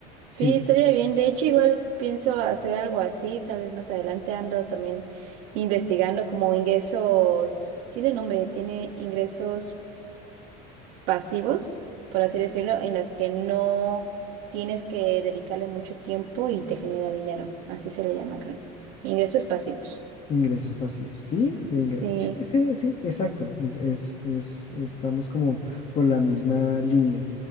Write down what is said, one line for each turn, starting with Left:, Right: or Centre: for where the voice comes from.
Left: Sí,
Right: Sí, estaría bien. De hecho, igual pienso hacer algo así, tal vez más adelante ando también investigando como ingresos, tiene un nombre, tiene ingresos pasivos, por así decirlo, en las que no tienes que dedicarle mucho tiempo y te genera dinero. Así se le llama, creo. Ingresos pasivos.
Left: ingresos pasivos. Sí, de
Right: Sí,
Left: ingre- sí, sí, sí, exacto. Es, es, es, estamos como por la misma línea.